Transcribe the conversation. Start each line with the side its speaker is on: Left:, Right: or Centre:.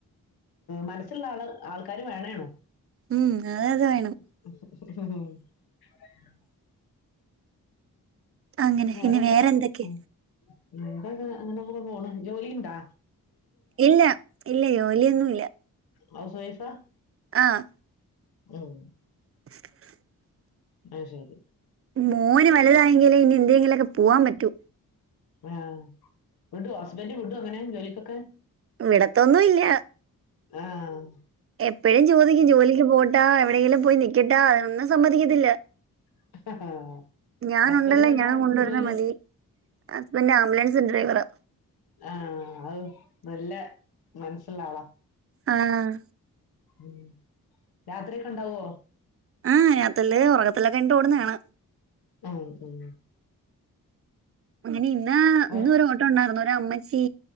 Left: മനസ്സ് ഉള്ളാള് ആൾക്കാര് വേണേണ്
Right: ഉം അതെ അത് വേണം
Left: <unintelligible> <unintelligible>
Right: അങ്ങനെ
Left: വേറെന്താ
Right: പിന്നെ വേറെന്തൊക്കെ
Left: ഉം വേറെന്താ അങ്ങനൊക്കെ പോണ് ജോലിണ്ടാ
Right: ഇല്ല ഇല്ല ജോലിയൊന്നുല്ല
Left: ഹൗസ് വൈഫാ
Right: ആഹ്
Left: ഉം
Right: <inaudible>
Left: അത് ശെരി
Right: മോന് വലുതായെങ്കിലേ ഇനി എന്തെങ്കിലൊക്കെ പോവാൻ പറ്റൂ
Left: ആഹ് വിടോ ഹസ്ബന്റ് വിടോ അങ്ങനെ ജോലിക്കൊക്കെ
Right: വിടത്തൊന്നും ഇല്ല
Left: ആഹ്
Right: എപ്പഴും ചോദിക്കും ജോലിക്ക് പോട്ടാ എവിടെയെങ്കിലും പോയി നിക്കട്ടാ അതൊന്നും സമ്മതിക്കത്തില്ല
Left: <unintelligible>
Right: ഞാനുണ്ടല്ലോ
Left: ഹസ്ബൻഡിന് എന്താ
Right: ഞാൻ കൊണ്ടുവരുന്നത്
Left: ജോലി
Right: മതി. ഹസ്ബൻഡന്റ് ആംബുലൻസ് ഡ്രൈവറാ
Left: ആഹ് അഹ് നല്ല മനസ്സുള്ള ആളാ
Right: ആഹ്
Left: ഉം രാത്രിയൊക്കെയുണ്ടാവോ
Right: ആഹ് രാത്രീല് ഒറക്കത്തിലൊക്കെ എണീറ്റ് ഓടുന്ന കാണാം
Left: ഉം ഉം
Right: അങ്ങനെ ഇന്ന്
Left: <unintelligible>
Right: ഇന്നും ഒരു ഓട്ടം ഒണ്ടാരുന്നു ഒര് അമ്മച്ചി